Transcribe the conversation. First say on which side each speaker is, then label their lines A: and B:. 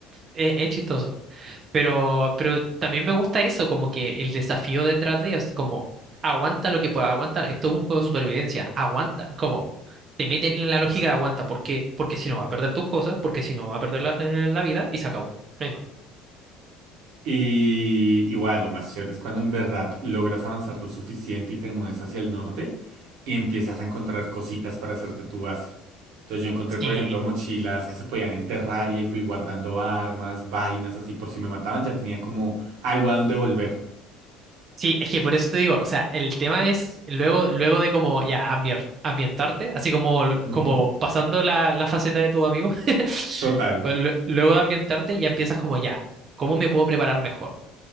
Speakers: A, on the right; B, on the right.
A: eh, es chistoso. Pero, pero también me gusta eso, como que el desafío detrás de es como aguanta lo que pueda aguantar. Esto es un juego de supervivencia, aguanta. Como te meten en la lógica, de aguanta. ¿Por qué? Porque si no va a perder tus cosas, porque si no va a perder la, eh, la vida y se acabó. No hay más.
B: Y igual, lo más chévere es cuando en verdad logras avanzar lo suficiente y te mueves hacia el norte y empiezas a encontrar cositas para hacerte tu base. Entonces yo encontré, por
A: Sí,
B: ejemplo, mochilas que se podían enterrar y ahí fui guardando armas, vainas así por si me mataban, ya tenía como algo a donde volver.
A: sí, es que por eso te digo, o sea, el tema es luego, luego de como ya ambier- ambientarte, así como,
B: Ujú,
A: como pasando la, la faceta de tu amigo, <laughs>
B: Total.
A: lue- luego de ambientarte ya empiezas como ya, ¿cómo me puedo preparar mejor?